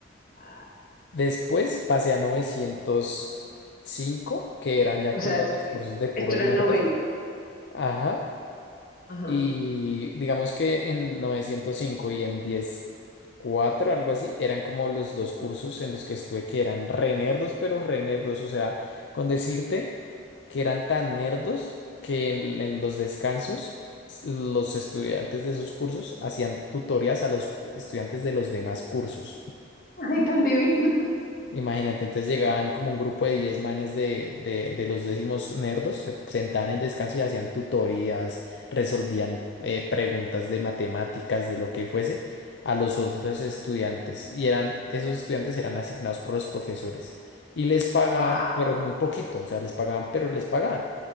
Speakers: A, on the left; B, on the left.
A: Ah,
B: Después pasé a novecientos cinco que eran ya
A: o
B: como
A: sea, eso
B: los
A: era-
B: cursos de puros
A: esto era
B: nerdos.
A: el noveno.
B: Ajá.
A: Ajá.
B: Y digamos que en 905 y en diez cuatro algo así, eran como los dos cursos en los que estuve que eran re nerdos, pero re nerdos. O sea, con decirte que eran tan nerdos que en, en los descansos s- los estudiantes de esos cursos hacían tutorías a los estudiantes de los demás cursos.
A: Ay, tan divino.
B: Imagínate, entonces llegaban como un grupo de 10 manes de, de, de los décimos nerdos, se sentaban en el descanso y hacían tutorías, resolvían eh, preguntas de matemáticas, de lo que fuese, a los otros estudiantes. Y eran, esos estudiantes eran asignados por los profesores. Y les pagaban,
A: Wow.
B: pero muy poquito, o sea, les pagaban, pero les pagaban